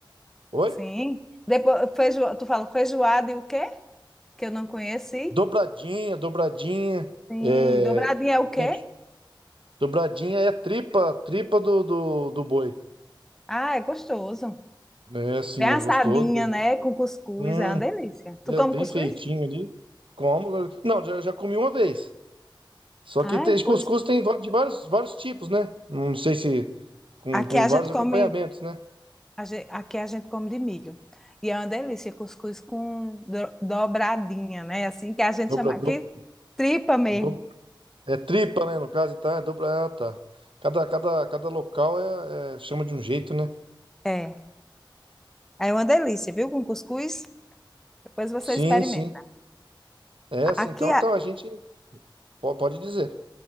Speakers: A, on the right (about 80°); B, in the centre.
A: Oi?
B: Sim. Depois feijo, tu fala feijoada e o quê? Que eu não conheci.
A: Dobradinha, dobradinha,
B: Sim.
A: é,
B: Dobradinha é o quê?
A: gente, dobradinha é a tripa, tripa do, do, do boi.
B: Ah, é gostoso.
A: É assim,
B: Bem assadinha,
A: é gostoso.
B: né? Com cuscuz,
A: Hum,
B: é uma delícia. Tu
A: é
B: come
A: bem
B: cuscuz?
A: feitinho ali. Como? Não, já, já comi uma vez. Só que
B: Ai,
A: tem, cuscuz
B: pois.
A: tem va- de vários, vários tipos, né? Não sei se com,
B: Aqui
A: com
B: a
A: vários
B: gente come,
A: acompanhamentos, né?
B: a ge- aqui a gente come de milho. E é uma delícia, cuscuz com do- dobradinha, né? Assim que a gente
A: Dobra,
B: chama
A: dobra,
B: aqui, tripa mesmo.
A: dobra. É tripa, né? No caso, então é dobra. Ah, tá. Cada, cada, cada local é, é- chama de um jeito, né?
B: É. É uma delícia, viu? Com cuscuz, depois você
A: Sim,
B: experimenta.
A: sim. É assim,
B: Aqui,
A: então,
B: a-
A: então a gente po- pode dizer.